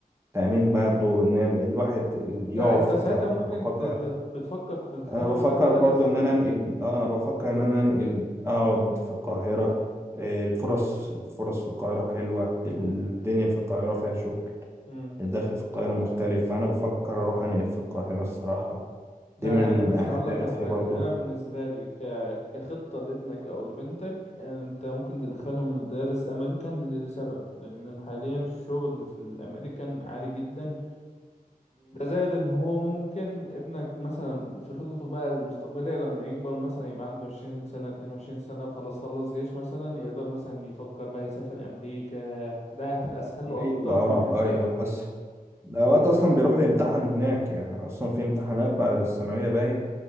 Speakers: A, on the right; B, on the left.
A: تأمين برضه إن ال- الواحد ال-
B: لا
A: يقعد
B: انت
A: في
B: ساعتها
A: القاهرة
B: ممكن
A: بفكر
B: ت... ت... بتفكر تدخلهم
A: أنا بفكر
B: بقى مدارس
A: برضه إن
B: آه،
A: أنا أنقل آه بفكر
B: لو
A: إن أنا أنقل أقعد في القاهرة آه، الفرص الفرص في القاهرة حلوة الدنيا في القاهرة فيها شغل
B: مم.
A: الدخل في القاهرة مختلف فأنا بفكر أروح أنقل في القاهرة الصراحة
B: ده
A: دي من
B: يعني مثلا
A: أهدافي
B: اقول لك على حاجة
A: برضه
B: انا بالنسبة لي ك... كخطة لابنك او لبنتك انت ممكن تدخلهم مدارس امريكان لسبب لان حاليا الشغل في الامريكان عالي جدا ده زائد ان هو ممكن ابنك مثلا في خططه بقى المستقبلية لما يكبر مثلا يبقى عنده عشرين سنة اتنين وعشرين سنة وخلاص خلص جيش مثلا يقدر مثلا يفكر بقى يسافر امريكا ده هتبقى اسهل له
A: ايوه
B: اكتر
A: اه
B: من إن انت
A: ايوه حصل ده وقت اصلا بيروحوا يمتحنوا هناك يعني اصلا في امتحانات بعد
B: بالظبط
A: الثانويه باين